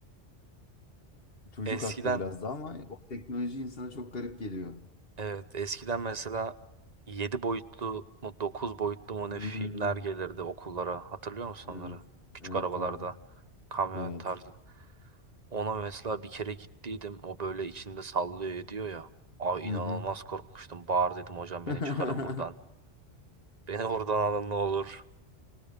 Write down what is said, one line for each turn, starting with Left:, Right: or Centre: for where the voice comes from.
Left: Çocuk
Right: Eskiden
Left: haklı biraz da ama o teknoloji insana çok garip geliyor.
Right: evet eskiden mesela yedi boyutlu mu 9 boyutlu mu ne
Left: Hmm.
Right: filmler gelirdi okullara. Hatırlıyor musun onları?
Left: Evet.
Right: Küçük
Left: Evet
Right: arabalarda
Left: abi.
Right: kamyonet
Left: Evet.
Right: tarzı. Ona mesela bir kere gittiydim. O böyle içinde sallıyor ediyor ya. Ay
Left: Hı
Right: inanılmaz
Left: hı.
Right: korkmuştum. Bağır dedim hocam
Left: <laughs>
Right: beni çıkarın buradan. Beni buradan alın ne olur.